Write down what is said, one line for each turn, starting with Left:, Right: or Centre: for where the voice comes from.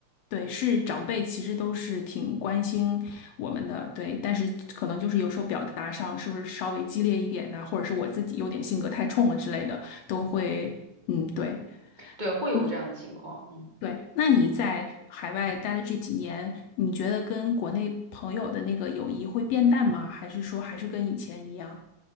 Left: 对，是长辈其实都是挺关心我们的，对，但是可能就是有时候表达上是不是稍微激烈一点呢、或者是我自己有点性格太冲了之类的，都会，嗯，对，
Right: 对，会有这样的情况。
Left: 嗯，
Right: 嗯。
Left: 对。那你在海外待的这几年，你觉得跟国内朋友的那个友谊会变淡吗？还是说还是跟以前一样？